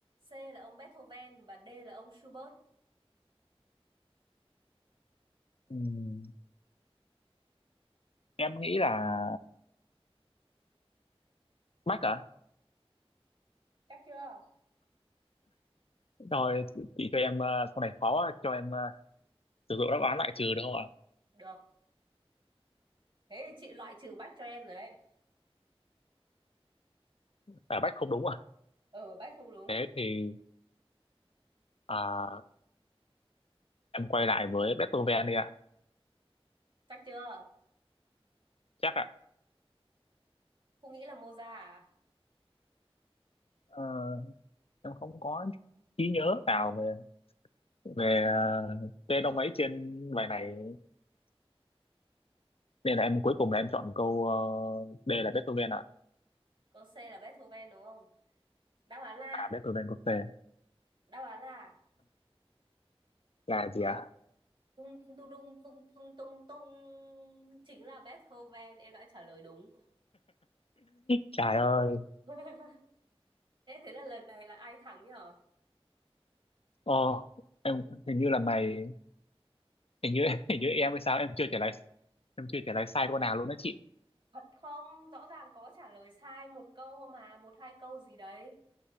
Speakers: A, on the right; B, on the left.
A: C là ông Beethoven. Và D là ông Schubert.
B: Ừm, em nghĩ là Mac à
A: Chắc chưa?
B: rồi chị, chị cho em ờ, sau này khó quá, cho em ờ, sử dụng đáp án lại trừ được không ạ
A: Được. Thế thì chị loại trừ Bach cho em rồi đấy.
B: à, Mac không đúng à
A: Ừ, Bach không đúng.
B: thế thì à, em quay lại với Beethoven đi ạ
A: Chắc chưa?
B: chắc ạ
A: Không nghĩ là Mozart à?
B: Ờ, em không có trí nhớ nào về về ờ, tên ông ấy trên bài này nên là em cuối cùng là em chọn câu ờ, D là Beethoven ạ
A: Câu C là Beethoven đúng không? Đáp án là,
B: à Beethoven có C
A: đáp án là
B: là gì ạ
A: tung tung tung tung tung tung tung tung chính là Beethoven. Em đã trả lời đúng.
B: trời ơi
A: <laughs> Thế thế là lần này là ai thắng nhở?
B: ô em hình như là mày hình như <laughs> hình như em hay sao em chưa trả lời em chưa trả lời sai câu nào luôn đó chị
A: Thật không? Rõ ràng có trả lời sai một câu mà, một hai câu gì đấy.